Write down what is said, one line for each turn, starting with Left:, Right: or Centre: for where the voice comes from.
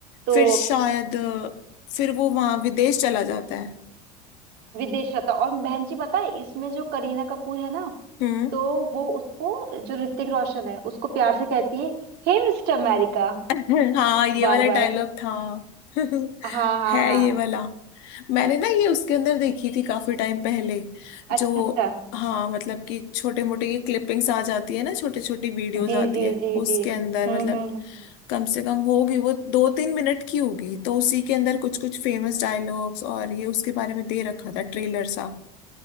Right: तो
Left: फिर शायद फिर वो वहां विदेश चला जाता है
Right: विदेश रहता और बहन जी पता है इसमें जो करीना कपूर है ना
Left: हम्म
Right: तो वो उसको जो ऋतिक रोशन है उसको प्यार से कहती है हे मिस्टर अमेरिका
Left: <laughs> हाँ ये
Right: बार
Left: वाला
Right: बार
Left: डायलॉग था <laughs>
Right: हाँ हाँ
Left: है
Right: हाँ
Left: ये वाला मैंने ना ये उसके अंदर देखी थी काफी टाइम पहले
Right: अच्छा
Left: जो
Right: अच्छा
Left: हाँ मतलब कि छोटे मोटे ये क्लिपिंग्स आ जाती है ना छोटी छोटी वीडियोस
Right: जी
Left: आती
Right: जी
Left: है
Right: जी
Left: उसके
Right: जी
Left: अंदर
Right: हम्म
Left: मतलब
Right: हम्म हम्म हम्म।
Left: कम से कम होगी वो दो तीन मिनट की होगी तो उसी के अंदर कुछ कुछ फेमस डायलॉग्स और ये उसके बारे में दे रखा था ट्रेलर सा